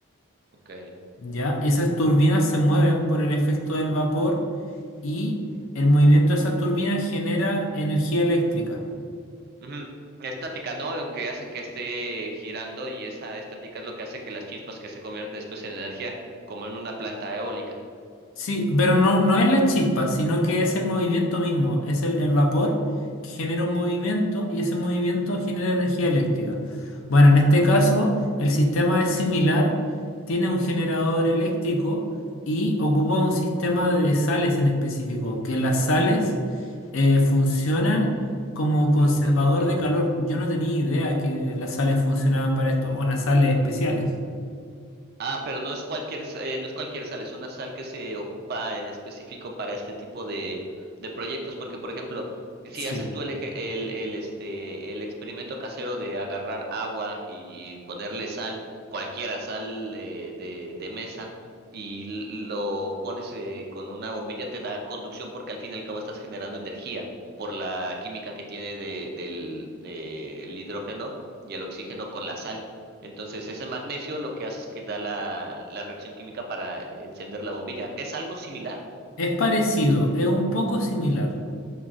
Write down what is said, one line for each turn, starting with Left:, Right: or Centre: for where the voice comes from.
Right: ok.
Left: ¿ya? Esas turbinas se mueven por el efecto del vapor y el movimiento de esas turbinas genera energía eléctrica.
Right: ujú. Estática, ¿no? Lo que hace que esté girando y esa estática es lo que hace que las chispas que se convierten después en energía, como en una planta eólica.
Left: Sí, pero no, no es la chispa, sino que es el movimiento mismo, es el, el vapor que genera un movimiento y ese movimiento genera energía eléctrica. Bueno, en este
Right: Ok.
Left: caso el sistema es similar, tiene un generador eléctrico y ocupa un sistema de sales en específico, que las sales eh, funcionan como conservador
Right: Como conductor.
Left: de calor. Yo no tenía idea que las sales funcionaban para esto, o unas sales especiales.
Right: Ah, pero no es cualquier, sa- eh, no es cualquier sal, es una sal que se ocupa en específico para este tipo de, de proyectos, porque por ejemplo, si
Left: Sí,
Right: haces tú el, eje- el, el, este, el experimento casero de agarrar agua y ponerle sal, cualquiera sal eh, de, de mesa, y l- lo pones eh, con una bombilla, te da conducción porque al fin y al cabo estás generando energía por la química que tiene de, del, del hidrógeno y el oxígeno con la sal. Entonces, ese magnesio lo que hace es que da la, la reacción química para eh, encender la bombilla. ¿Es algo similar?
Left: es parecido, es un poco similar.